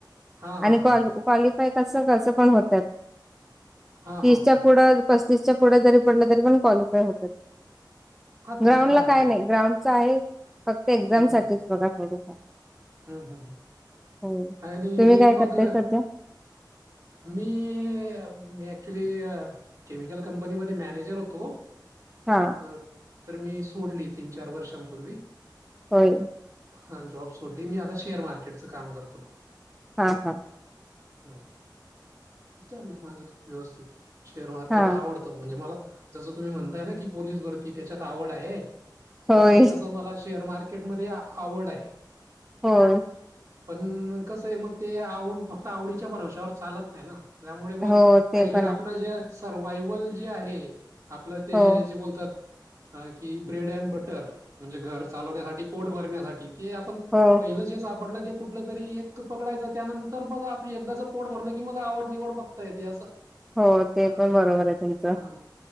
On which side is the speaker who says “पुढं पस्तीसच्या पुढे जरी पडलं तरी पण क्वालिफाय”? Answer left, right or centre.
Centre